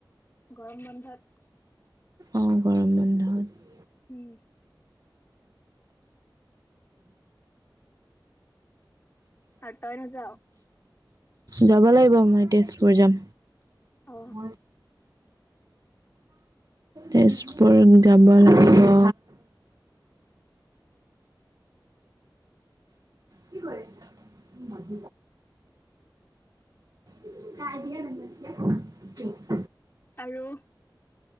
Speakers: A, on the left; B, on the right.
A: গৰম বন্ধত।
B: অ', গৰম বন্ধত।
A: উম', আৰু তই নাযাও
B: যাব লাগিব মই তেজপুৰ যাম।
A: অ
B: মই তেজপুৰ যাব লাগিব। <inaudible> কি কৰিছ ম <unintelligible> ক দিয়া নম <unintelligible>
A: আৰু